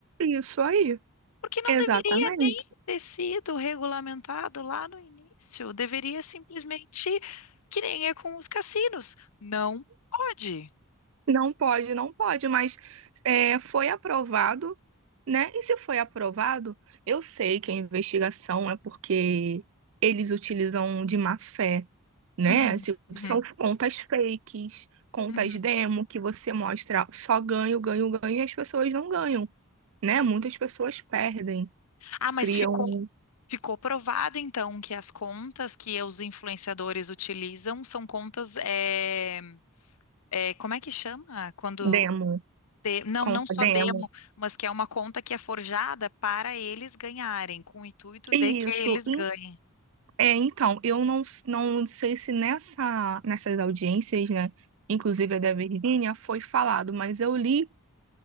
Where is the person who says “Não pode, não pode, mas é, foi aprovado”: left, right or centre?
Right